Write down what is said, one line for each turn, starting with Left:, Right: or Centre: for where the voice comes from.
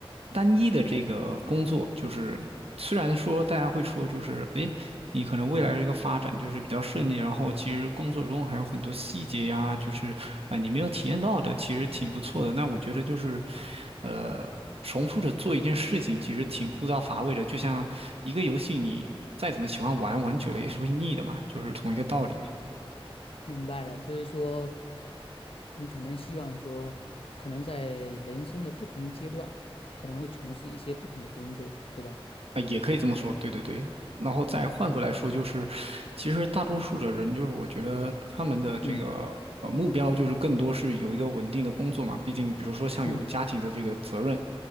Right: 单一的这个工作，就是虽然说大家会说，就是诶，你可能未来这个发展就是比较顺利，然后其实工作中还有很多细节呀，就是啊、呃你没有体验到的，其实挺不错的。那我觉得就是，呃，重复着做一件事情，其实挺枯燥乏味的，就像一个游戏，你再怎么喜欢玩，玩久了也是会腻的嘛，就是同一个道理。
Left: 明白了，就是说，你可能希望说，可能在人生的不同阶段，可能会从事一些不同的工作，对吧？
Right: 啊，也可以这么说，对对对。然后再换过来说，
Left: 嗯
Right: 就是其实大多数的人，就是我觉得他们的这个呃目标，
Left: 嗯
Right: 就是更多是有一个稳定的工作嘛。毕竟，比如说像有家庭的这个责任，
Left: 嗯